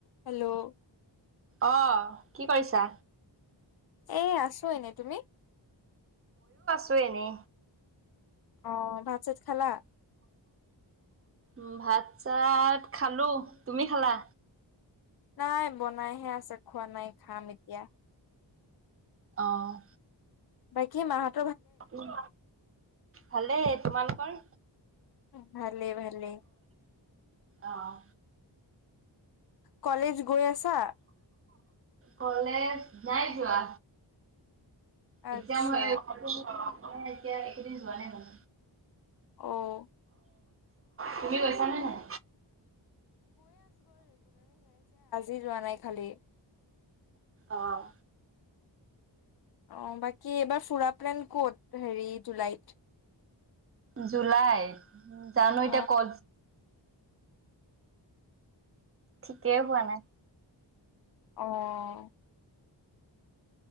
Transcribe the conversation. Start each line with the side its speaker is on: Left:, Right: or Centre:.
Left: hello
Right: অ কি কৰিছা
Left: এ আছো এনে তুমি
Right: চ এনে
Left: অ ভাত চাত খালা
Right: উ ভাত চাত খালো তুমি খালা
Left: নাই বনাইহে আছে খোৱা নাই খাম এতিয়া
Right: আহ
Left: বাকী মাহঁত
Right: উম ভালে তোমালোকৰ
Left: ভালে ভালে
Right: আহ
Left: কলেজ গৈ আছা
Right: কলেজ নাই যোৱা
Left: আচ্ছা
Right: এক্জাম হয় অই এতিয়া এইেইদিন যোৱা নাই মানে
Left: আহ
Right: তুমি গৈছানে নাই
Left: ি যোৱা নাই খালি
Right: আহ
Left: অ বাকী এইবাৰ ফুৰা প্লেন ক'ত হেৰি জুলাইত
Right: জুলাই উ জানো
Left: অ
Right: এতিয়া কল ঠিকেই হোৱা নাই
Left: আহ